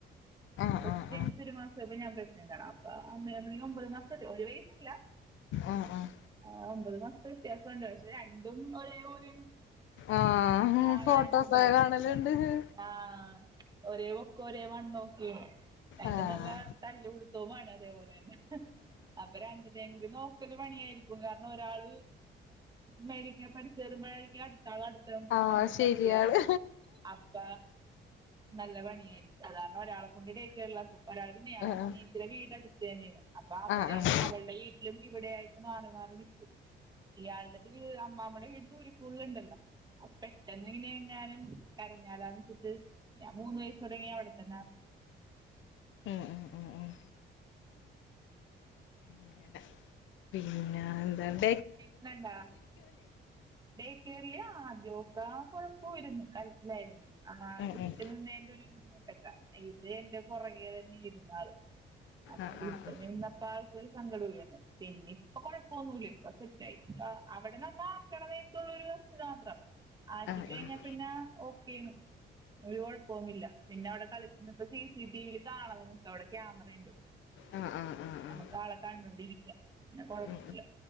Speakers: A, on the left; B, on the right.
A: ആഹ്
B: കൊച്ച്ച്
A: ആഹ് ആഹ് ആഹ് ആഹ്
B: ജനിച്ച് ഒരു മാസയപ്പോ ഞാൻ അപ്പ ഒമ്പത് മാസ ഒരു വയസില്ല
A: ആഹ് ആഹ്
B: ആ ഒമ്പത് മാസത്തെ വ്യത്യാസംണ്ട്ക്ഷ രണ്ടും ഒരേ പൊലെ
A: ആഹ് ആഹ്
B: കാണാനും
A: ഫോട്ടോസൊക്കെ
B: <unintelligible>
A: കാണലുണ്ട്
B: ആ ഒരേ ഒരേ വണ്ണമൊക്കെയാ അയിനും
A: ആഹ്
B: നല്ല തല് സോബാണോ അതേപോലെ അപ്പൊ രണ്ടിനേയും കൂടി നോക്കല് പണിയായിരിക്കും കാരണം ഒരാള് മേല പഠിച്ചുേരുമ്പോഴേക്കും അടു- ാളടുത്തക്ക്
A: ആഹ് ശരിയാണ്
B: പഠിച്ചു കയറത് അപ്പ നല്ല പണി സാധാരണ ഒരാള കൊണ്ടു ടേകെയർൽ ആക്കും ഒരാൾ നെയ
A: ആഹ്
B: അനിയത്തിലെ വീട അടുത്ത് തന്നെയാണ് അപ്പൊ അവിടെയും
A: ആഹ് ആഹ്
B: അവളുടെ വീട്ടിലും- ഇവിടെയായിട്ട് മാറി മാറി നിൽിക്കും ഇയാളത് അമ്മാമ്മയുടെ വീട്- ൂക്കൂുണ്ടല്ലോ പെട്ടെന്ന് ഇങ്ങനെ എങ്ങാനും കരഞ്ഞാലാന്ന് വെച്ചിട്ട് ഞാൻ മൂന്ന് വയസ് തുടങ്ങി അവിടെ അതു തന്നെ
A: ഉ ഉ ഉ ഉ പിങ്ങ പിന്നെ എന്താണ്
B: കേക്കനണ്ടാ ഡേക്കറല്ആദ്യോക്ക കൊ പോൂരുന്നു കരച്ചിലായിരുന്നു ആ
A: ഉം
B: വിട്ടിൽ
A: ഉം
B: നിന്നതിന്റെ ഒരു ബുദ്ധിമുട്ട- ട്ട ഇത് എന്റെ പൊറകെ തന്നെ ഇരുന്നാള് അപ്പൊ
A: ആഹ്
B: ഇപ്പ
A: ആഹ്
B: നിന്നപ്പോ ആൾക്കൊരു സങ്കടോം ഇല്ലന്ന് പിന്നി പ്പ കൊഴപ്പൊനുല്ലേ <unintelligible> അവിടെ നമ്മ ആക്കണമേത്തുള്ളൊരു <unintelligible> മാത്രം ആക്കി
A: ആഹ്
B: കഴിഞ്ഞ
A: ആഹ്
B: പിന്നെ ഒ- <unintelligible> പോന്നില്ല പിന്നവിടെ കളിച്ചിന്നപ്പൊ സി സി ടി വിൽ കാണാണ് അവിടെ ക്യയാമറണ്ട്
A: ആഹ് ആഹ് ആഹ്
B: നമ്മ്ക്ക്
A: ആഹ്
B: ആളെ കണ്ടോണ്ടിരിക്കാം പിന്നെ കൊഴപ്പൂല്ല
A: ഉം